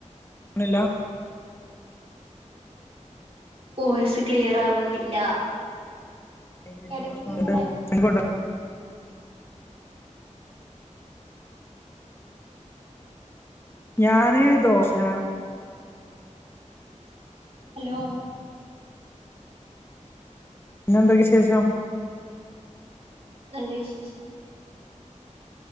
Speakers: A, on the left (about 20°); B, on the right (about 50°).
A: ഒന്നൂല്ലാ
B: വോയിസ് ക്ലിയർ ആവുന്നില്ല
A: റേഞ്ചിന്റെ
B: എടക്ക്
A: പ്രശ്നണ്ട്
B: ഇങ്ങനെ
A: <unintelligible> ഞാന് ദോശാ
B: ഹലോ
A: പിന്നെ എന്താ വിശേഷം
B: നല്ല വിശേഷങ്ങള്